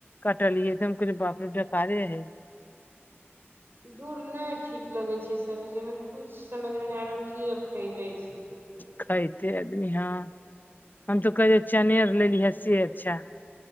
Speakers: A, on the left; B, on the right.
A: कटलियै त हम बापरे बेकारे है
B: दूर नै ठीक लगैत छै सब्जीमे किछु समझमे नै आलो की आब खयबै से
A: खाइते आदमी हँ हम तो कहे चने आर लेलीहे से अच्छा